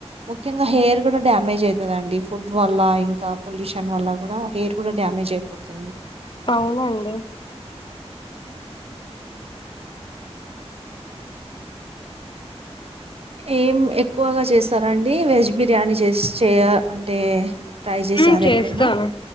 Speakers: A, on the right; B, on the left.
A: ముఖ్యంగా హెయిర్ కూడా డ్యామేజ్ అయితది అండి ఫుడ్ వల్ల ఇంక పొల్యూషన్ దాని వల్ల కూడా హెయిర్ కూడా డ్యామేజ్ అయిపోతుంది
B: అవునండి
A: ఏం ఎక్కువగా చేస్తారండి వెజ్ బిర్యానీ చేసి చేయ అంటే ట్రై చేసారు
B: హ్మ్ చేస్తాను
A: ఎప్పుడైనా